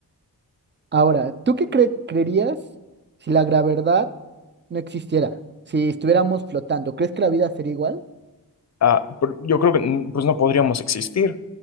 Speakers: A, on the right (about 30°); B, on the left (about 40°).
A: Ahora, ¿tú qué cre- creerías si la gravedad no existiera? Si estuviéramos flotando, ¿crees que la vida sería igual?
B: ah, pero yo creo que mm, pues no podríamos existir.